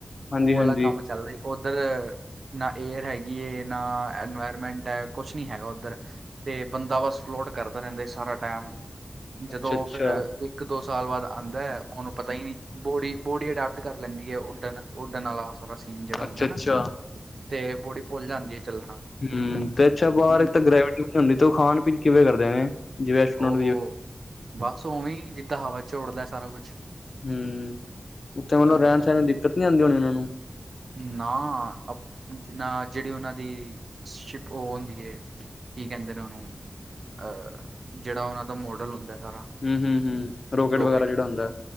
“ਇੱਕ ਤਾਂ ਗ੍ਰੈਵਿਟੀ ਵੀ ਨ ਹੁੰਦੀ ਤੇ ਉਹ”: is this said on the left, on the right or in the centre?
Left